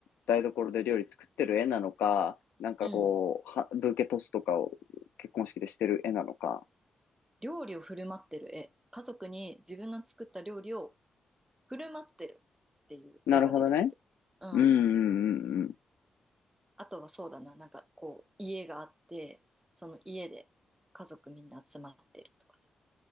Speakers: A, on the left; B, on the right.
A: 台所で料理作ってる絵なのか、なんかこう、
B: うん。
A: はブーケトスとかを結婚式でしてる絵なのか。
B: 料理を振る舞ってる絵。家族に自分の作った料理を振る舞ってるっていう絵が出てくる。
A: なるほどね。
B: うん。
A: うんうんうんうん。
B: あとはそうだな、なんかこう、家があって、その家で家族みんな集まってるとかさ。